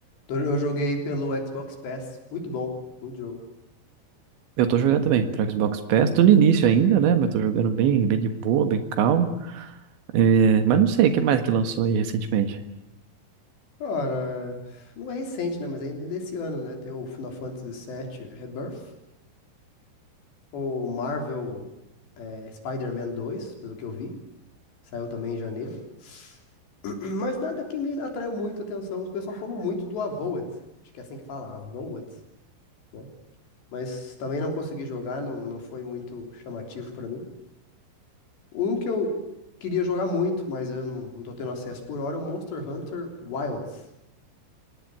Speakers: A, on the left; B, on the right.
A: Tô- Eu joguei pelo Xbox Pass, muito bom, muito jogo.
B: Eu tô jogando também pra Xbox Pass, tô no início ainda, né? Mas tô jogando bem, bem de boa, bem calmo. É, mas não sei, o que mais que lançou aí recentemente?
A: Cara, não é recente, né? Mas ainda desse ano, né? Tem o Final Fantasy VII Rebirth, o Marvel, é, Spider-Man 2, pelo que eu vi, saiu também em janeiro. <clears throat> Mas nada que me atraiu muito a atenção. Os pessoal falou muito do Avowed, acho que é assim que fala, Avowed. né? mas também não consegui jogar, não, não foi muito chamativo pra mim. Um que eu queria jogar muito, mas eu não, não tô tendo acesso por hora, é o Monster Hunter Wilds.